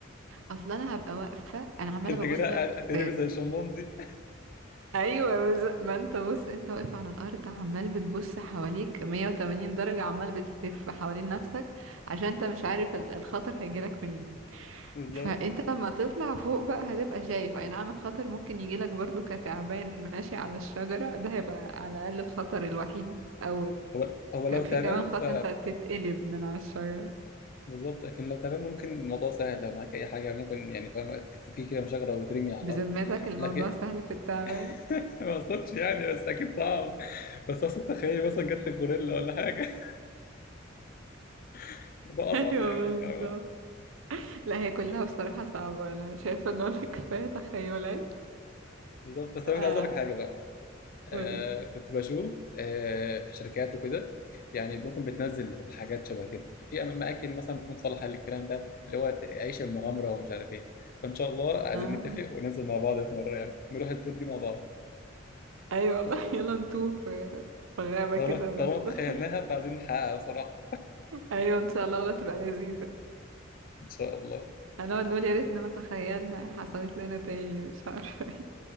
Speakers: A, on the right; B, on the left.
A: اصلا انا هبقى واقفه انا عماله
B: <laughs> انت كده
A: ببص
B: هتقلبي
A: في
B: زي الشمبانزي
A: ايوه بز... ما انت بص انت واقف على الارض عمال بتبص حواليك 180 درجه عمال بتلف حوالين نفسك عشان انت مش عارف ال- الخطر هيجيلك منين
B: <laughs> بالظبط
A: فانت لما تطلع فوق بقى هتبقى شايف اي نعم الخطر ممكن يجيلك برضو كتعبان ماشي على الشجرة ده هيبقى على الاقل الخطر الوحيد او
B: هو هو
A: كان
B: لو
A: في
B: تعبان
A: كمان خطر
B: ف
A: انت تتقلب من على الشجرة
B: بالظبط لكن لو تعبان ممكن الموضوع سهل لو معاك اي حاجه ممكن يعني فاهم تفكيه كده من شجره وترمي على
A: بذمتك
B: الارض
A: الموضوع
B: لكن
A: سهل في التعبان
B: <laughs> ما اقصدش يعني بس اكيد صعب بس اقصد تخيل مثلا جت لك غوريلا ولا حاجه <laughs> الموضوع
A: <laughs>
B: اصعب
A: ايوه
B: يعني
A: بالظبط
B: فاهمه
A: لا هي كلها بصراحة صعبة انا شايفة ان انا كفاية تخيلات
B: بالظبط بس
A: اه
B: انا كنت عايز اقول لك حاجه بقى آه
A: قولي
B: كنت بشوف آه شركات وكده يعني ممكن بتنزل حاجات شبه كده في أم- اماكن مثلا بتكون صالحه للكلام ده اللي هو عيش المغامره ومش عارف ايه فان شاء الله عايزين
A: اه
B: نتفق وننزل مع بعض في مره يعني نروح التور دي مع بعض
A: ايوه والله <laughs> يلا نتوه في في غابة
B: طالما
A: كده
B: طالما
A: بس <laughs>
B: تخيلناها فعايزين نحققها بصراحه
A: ايوه ان شاء الله والله تبقى لذيذة
B: ان شاء الله
A: هنقعد نقول يا ريتنا ما تخيلنا إيه حصلت لنا تاني مش عارفة <laughs> ايه